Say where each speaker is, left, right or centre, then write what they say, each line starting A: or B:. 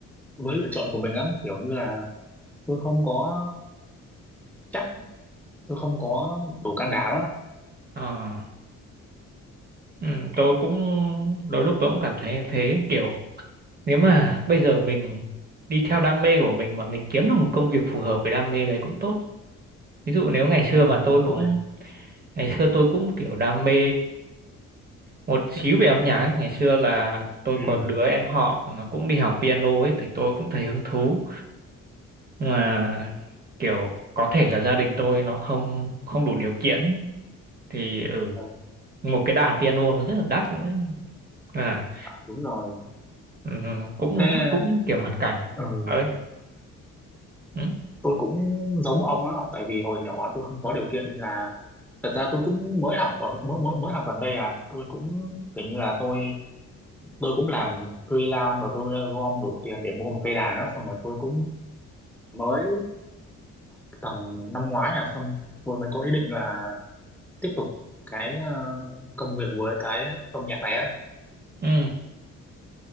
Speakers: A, in the centre; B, on the right (about 30°).
A: với lựa chọn của mình lắm kiểu như là tôi không có chắc tôi không có đủ can đảm á
B: Ờ. Ừ. tôi cũng đôi lúc tôi cũng cảm thấy như thế kiểu nếu mà bây giờ mình đi theo đam mê của mình mà mình kiếm được một công việc phù hợp với đam mê đấy cũng tốt ví dụ nếu ngày xưa
A: ừ,
B: mà
A: đúng
B: tôi
A: rồi
B: cũng ngày xưa tôi cũng kiểu đam mê một xíu về âm nhạc ấy. Ngày xưa là tôi
A: ừ.
B: có đứa em họ nó cũng đi học piano ấy thì tôi cũng thấy hứng thú nhưng mà kiểu có thể là gia đình tôi nó không không đủ điều kiện ấy thì ừ,
A: ờ,
B: một cái đàn piano nó rất là đắt nữa à
A: đúng rồi
B: ừ, cũng
A: thế
B: chắc cũng kiểu hoàn cảnh
A: ừ,
B: ấy ừ.
A: tôi cũng giống ông á tại vì hồi nhỏ tôi không có điều kiện nên là thật ra tôi cũng mới học ở mới mới mới học gần đây à tôi cũng kiểu như là tôi tôi cũng làm freelance và tôi gom đủ tiền để mua một cây đàn đó xong rồi tôi cũng mới tầm năm ngoái à xong tôi mới có ý định là tiếp tục cái ờ, công việc với cái âm nhạc này á
B: ừ.